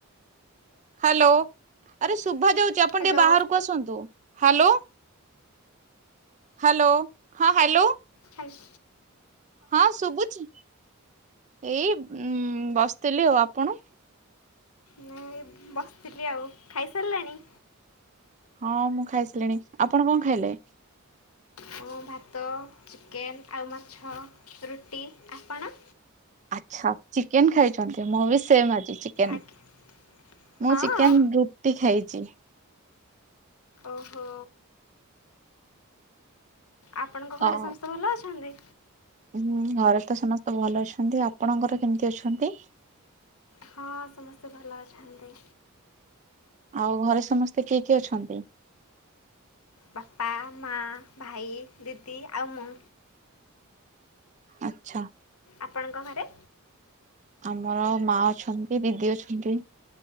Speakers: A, on the right; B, on the left.
A: ହ୍ୟାଲୋ, ଆରେ ଶୁଭା ଯାଉଛି, ଆପଣ
B: ହ୍ୟାଲୋ
A: ଟିକେ ବାହାରକୁ ଆସନ୍ତୁ, ହ୍ୟାଲୋ। ହ୍ୟାଲୋ ହଁ ହ୍ୟାଲୋ।
B: ହାଲ୍।
A: ହଁ ଶୁଭୁଛି ଏଇ ଉ ବସିଥିଲି ଆଉ ଆପଣ?
B: ନେ ଇ ବସିଥିଲି ଆଉ, ଖାଇସାରିଲେଣି?
A: ହଁ ମୁଁ ଖାଇସିଲିଣି ଆପଣ କଣ ଖାଇଲେ?
B: ମୁଁ ଭାତ, ଚିକେନ୍, ଆଉ ମାଛ, ରୁଟି ଆପଣ?
A: ଆଚ୍ଛା, ଚିକେନ ଖାଇଛନ୍ତି, ମୁଁ ବି ସେମ ଆଜି ଚିକେନ।
B: ଆଜ୍ଞା ହଁ
A: ମୁଁ ଚିକେନ ରୁଟି ଖାଇଛି।
B: ଓହୋ। ଆପଣଙ୍କ ଘରେ
A: ଅ
B: ସମସ୍ତେ ଭଲ ଅଛନ୍ତି।
A: ହୁଁ ଘରେ ତ ସମସ୍ତେ ଭଲ ଅଛନ୍ତି, ଆପଣଙ୍କର କେମିତି ଅଛନ୍ତି?
B: ହଁ ସମସ୍ତେ ଭଲ ଅଛନ୍ତି।
A: ଆଉ ଘରେ ସମସ୍ତେ କିଏ କିଏ ଅଛନ୍ତି?
B: ବାପା, ମା, ଭାଇ, ଦିଦି ଆଉ ମୁଁ।
A: ଆଚ୍ଛା।
B: ଆପଣଙ୍କ ଘରେ?
A: ଆମର ମା ଅଛନ୍ତି, ଦିଦି ଅଛନ୍ତି,